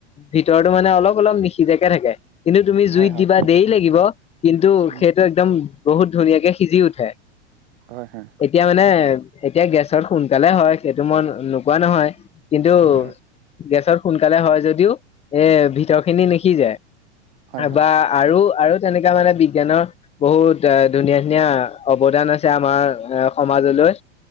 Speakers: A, on the left; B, on the right.
A: ভিতৰতো মানে অলপ অলপ নিসিজাকে থাকে। কিন্তু তুমি জুইত
B: হয় হয়
A: দিবা দেৰি লাগিব কিন্তু
B: উম
A: সেইটো একদম বহুত ধুনীয়াকে সিজি উঠে।
B: হয় হয়।
A: এতিয়া মানে এতিয়া গেছত সোনকালে হয় সেইটো মই নোকোৱা নহয়। কিন্তু
B: হয়
A: গেছত সোনকালে হয় যদিও এ ভিতৰ খিনি নিসিজে।
B: হয় হয়
A: বা আৰু - আৰু তেনেকা মানে বিজ্ঞানৰ বহুত ড- ধুনীয়া - ধুনীয়া অৱদান আছে আমাৰ অ'- সমাজলৈ।